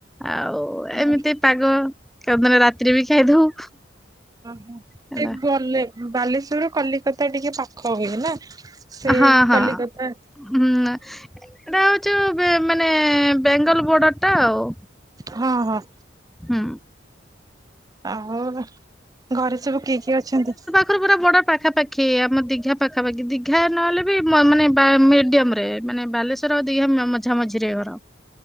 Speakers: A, in the centre; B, on the right.
A: ଆଉ
B: ହଁ
A: ଏମିତି ପାଗ <unintelligible> ଦିନ ରାତିରେ ବି ଖାଇଦଉ।
B: ଓହୋ
A: ହେଲା
B: ତେ ବଲେ‌ ବାଲେଶ୍ଵରୁ କଲିକତା ଟିକେ ପାଖ ହୁଏନା। ସେ
A: ହଁ ହଁ
B: କଲିକତା।
A: ହୁଁ ଏଟା ହଉଚୁ ବେ ମାନେ ବେଙ୍ଗଲ୍ ବୋର୍ଡର୍ ଟା ଆଉ।
B: ହଁ-ହଁ।
A: ହୁଁ।
B: ଆହୋ ଘରେ ସବୁ କିଏ କିଏ ଅଛନ୍ତି?
A: ଖରେ ପୁରା ବର୍ଡ ପାଖାପାଖି ଆମ ଦୀଘା ପାଖାପାଖି ଦୀଘା ନହେଲେ ବି ମ ମାନେ ବା ମିଡ଼ିୟମ୍ ରେ ମାନେ ବାଲେଶ୍ୱର ଆଉ ଦିଘା ମ ମଝା ମଝିରେ ଘର